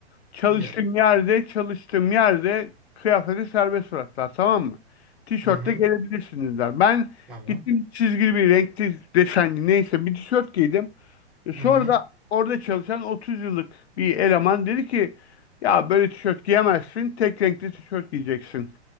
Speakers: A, on the left; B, in the centre.
A: Çalıştığım
B: Dinliyorum.
A: yerde, çalıştığım yerde kıyafeti serbest bıraktılar, tamam mı? Tişörtle
B: Hı hı.
A: gelebilirsiniz der. Ben
B: Tamam.
A: gittim çizgili bir renkli desenli neyse bir tişört giydim. E, Sonra
B: Hı hı.
A: da orada çalışan 30 yıllık bir eleman dedi ki ya böyle tişört giyemezsin tek renkli tişört giyeceksin.